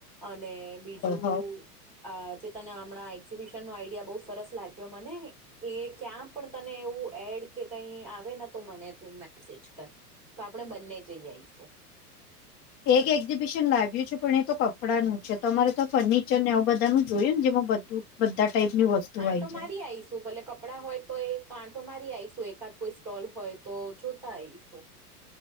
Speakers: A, in the centre; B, on the left.
A: અને બીજું
B: હ
A: અ જે તને હમણાં એક્ઝિબિશન નો આઈડિયા બહુ સરસ લાગ્યો મને એ ક્યાં પણ તને એવું એડ કે કઈ આવેને તો મને તું મેસેજ કર તો આપણે બંને જઈ આવીશું.
B: એક એક્ઝિબિશન લાગ્યું છે પણ એ તો કપડાંનું છે તમારે તો ફર્નિચર ને બધા નું જોયએ ને જેમાં બધું બધા ટાઈપનું વસ્તુ
A: આંટો
B: આવી જાય
A: મારી આવીશું ભલે કપડાં હોય તો એ આટો મારી આવીશું એકાદ કોઈ સ્ટોલ હોય તો જોતા આવીશું.